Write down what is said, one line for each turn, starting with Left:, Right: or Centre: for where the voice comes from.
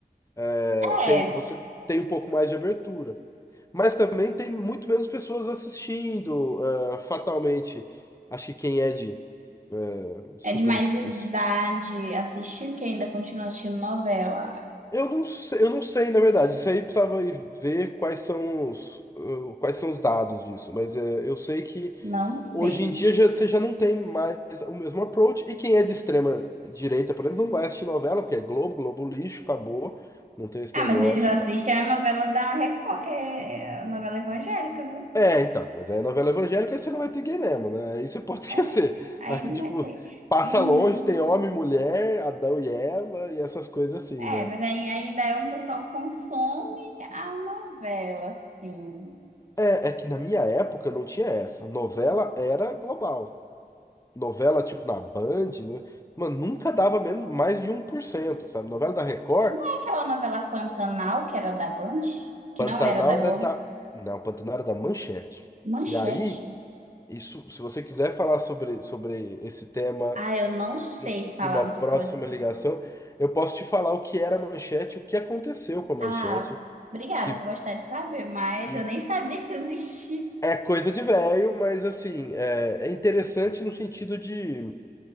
Left: É,
Right: É.
Left: tem, você tem um pouco mais de abertura, mas também tem muito menos pessoas assistindo, é, fatalmente. Acho que quem é de é, super
Right: É de mais
Left: es-
Right: idade
Left: es-
Right: assistir, que ainda continua assistindo novela.
Left: eu não sei, eu não sei, na verdade. Isso aí precisava ir ver quais são os, eh, quais são os dados disso, mas é, eu sei que
Right: Não sei.
Left: Hoje em dia já, você já não tem mais o mesmo approach. E quem é de extrema direita, por exemplo, não vai assistir novela, porque é Globo, Globo lixo, acabou, não tem esse
Right: Ah,
Left: negócio
Right: mas eles assistem
Left: e tal.
Right: a novela da Record, que é a novela evangélica, viu?
Left: É, então, mas aí é novela evangélica aí você não vai ter gay mesmo, né? Aí você pode
Right: É,
Left: <laughs> esquecer.
Right: aí
Left: Aí,
Right: não
Left: tipo,
Right: vai ter.
Left: passa
Right: Hum,
Left: longe, tem homem, mulher, Adão e Eva e essas coisas assim,
Right: é,
Left: né?
Right: mas aí ainda é um pessoal que consome a novela, assim.
Left: É, é que na minha época não tinha essa. Novela era global. Novela, tipo, na Band, né? Mano, nunca dava menos, mais de um por cento sabe? Novela da Record.
Right: Não é aquela novela Pantanal, que era da Band? Que
Left: Pantanal
Right: não era da Globo?
Left: era da. Não, Pantanal era da Manchete.
Right: Manchete.
Left: E aí, isso, se você quiser falar sobre, sobre esse tema
Right: Ah, eu não sei
Left: nu-
Right: falar
Left: numa
Right: muita
Left: próxima
Right: coisa
Left: ligação, eu posso te falar o que era a Manchete, o que aconteceu com a Manchete,
Right: Ah, obrigada,
Left: que,
Right: vou gostar de saber, mas
Left: que
Right: eu nem sabia que isso existia.
Left: é coisa de velho, mas assim, é, é interessante no sentido de,